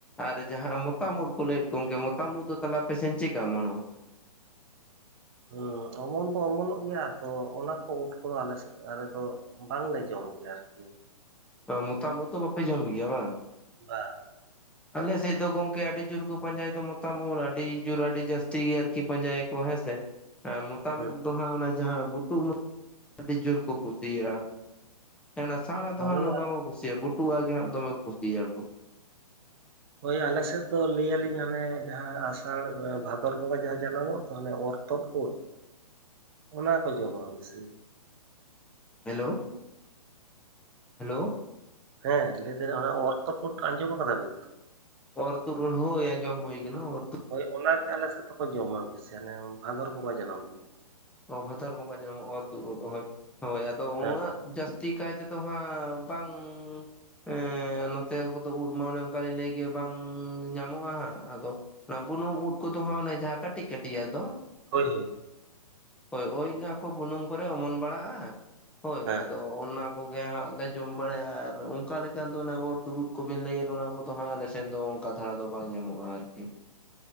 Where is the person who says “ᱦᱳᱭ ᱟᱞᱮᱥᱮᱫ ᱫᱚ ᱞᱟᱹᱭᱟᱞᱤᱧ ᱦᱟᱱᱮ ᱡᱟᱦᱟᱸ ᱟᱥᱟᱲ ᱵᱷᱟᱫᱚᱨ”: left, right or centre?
Right